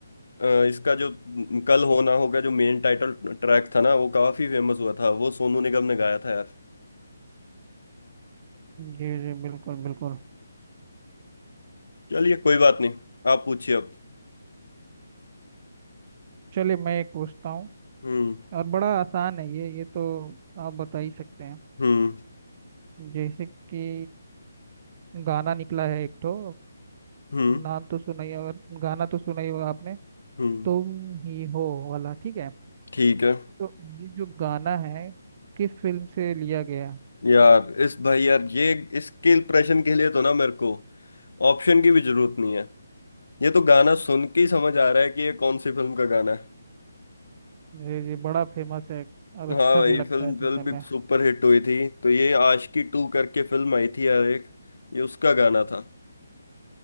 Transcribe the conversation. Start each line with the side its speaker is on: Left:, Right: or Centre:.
Left: अ, इसका जो न- कल होना होगा जो मेन टाइटल ट्रैक था ना वो काफी फेमस हुआ था वो सोनू निगम ने गाया था यार
Right: जी जी बिल्कुल बिल्कुल
Left: चलिए कोई बात नहीं आप पूछिए अब
Right: चलिए मैं एक पूछता हूँ
Left: हम्म
Right: और बड़ा आसान है ये ये तो आप बता ही सकते हैं
Left: हम्म
Right: जैसे कि गाना निकला है एक तो
Left: हम्म
Right: नाम तो सुना ही अगर गाना तो सुना ही होगा आपने
Left: हम्म
Right: तुम ही हो वाला ठीक है
Left: ठीक है
Right: तो ये जो गाना है किस फिल्म से लिया गया
Left: यार इस भाई यार ये इसके इम्प्रेशन के लिए तो ना मेरे को ऑप्शन की भी जरूरत नहीं है ये तो गाना सुन के ही समझ आ रहा है कि ये कौन सी फिल्म का गाना है
Right: ये ये बड़ा फेमस है और
Left: हाँ
Right: अच्छा
Left: भाई
Right: भी लगता
Left: फिल्म
Right: है सुनने
Left: फिल्म
Right: में
Left: भी सुपर हिट हुई थी तो ये आशिकी टू करके फिल्म आई थी यार एक ये उसका गाना था